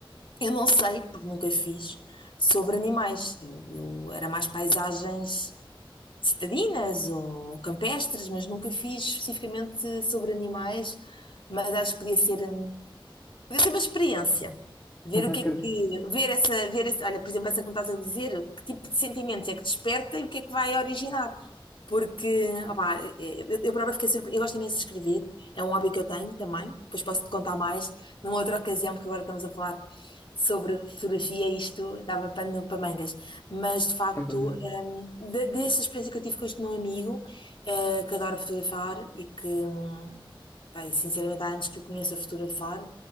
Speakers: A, on the left; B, on the left.
A: eu não sei, porque nunca fiz, sobre animais. Eu, eu era mais paisagens citadinas ou campestres, mas nunca fiz especificamente sobre animais, mas acho que podia ser. hum, Deve ser uma experiência.
B: <laughs>
A: Ver
B: Acredito,
A: o que é que. Ver essa. Ver essa olha, por exemplo, essa que me estás a dizer, que tipo de sentimentos é que desperta e o que é que vai originar. Porque, opá, eh, eu, eu própria fiquei surpresa. Eu gosto imenso de escrever, é um hobby que eu tenho também. Depois posso te contar mais numa outra ocasião, porque agora estamos a falar sobre fotografia e isto dava pano para mangas. Mas, de facto,
B: sem dúvida.
A: hum, de- dessa experiência que eu tive com este meu amigo, eh, que adora fotografar e que, hum, pá, e sinceramente, há anos que eu conheço a fotografar,